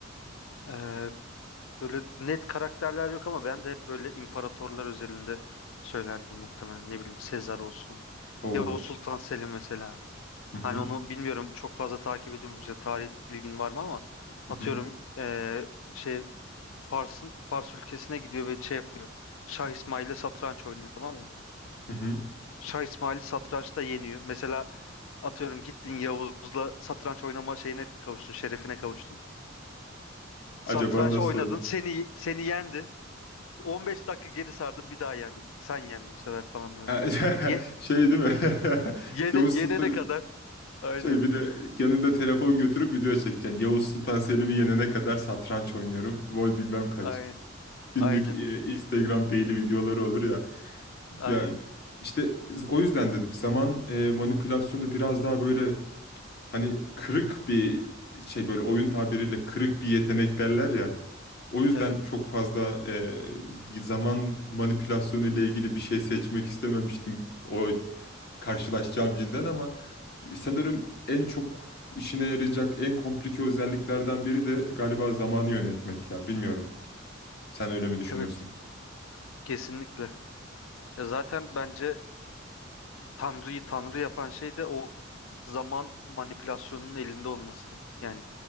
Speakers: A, on the left; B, on the left.
A: Ee, Böyle net karakterler yok ama ben de hep böyle imparatorlar özelinde söylerdim muhtemelen. Ne bileyim Sezar olsun.
B: Oo.
A: Yavuz Sultan Selim mesela.
B: Hı hı.
A: Hani onu bilmiyorum çok fazla takip ediyorum. Mesela tarih bilgin var mı ama atıyorum
B: Hı hı.
A: eee, şey Fars'ın Fars ülkesine gidiyor ve şey yapıyor. Şah İsmail'le satranç oynuyor tamam mı?
B: Hı hı.
A: Şah İsmail'i satrançta yeniyor. Mesela atıyorum gittin Yavuz'la satranç oynama şeyine kavuştun, şerefine kavuştun. Satranç
B: Acaba nasıl
A: oynadın,
B: oldu?
A: seni seni yendi. 15 dakika geri sardım bir daha yendin. Sen yendin bu sefer falan böyle.
B: Ha, <laughs>
A: Ye
B: Şey değil mi? <laughs>
A: yene
B: Yavuz Sultan
A: yenene kadar. Aynen.
B: şey bir de yanında telefon götürüp video çekeceksin. Yavuz Sultan Selim'i yenene kadar satranç oynuyorum. Vol bilmem kaç.
A: Aynen.
B: Günlük
A: Aynen.
B: e, Instagram daily videoları olur ya.
A: Aynen.
B: Ya işte o yüzden dedim zaman e, manipülasyonu biraz daha böyle Hani kırık bir şey böyle oyun tabiriyle kırık bir yetenek derler ya. O yüzden
A: Evet.
B: çok fazla e, zaman manipülasyonu ile ilgili bir şey seçmek istememiştim o karşılaşacağım cinden ama sanırım en çok işine yarayacak en komplike özelliklerden biri de galiba zamanı yönetmek ya. Bilmiyorum. Sen öyle mi düşünüyorsun?
A: Evet. Kesinlikle. Ya zaten bence Tanrı'yı Tanrı yapan şey de o zaman manipülasyonunun elinde olması. Yani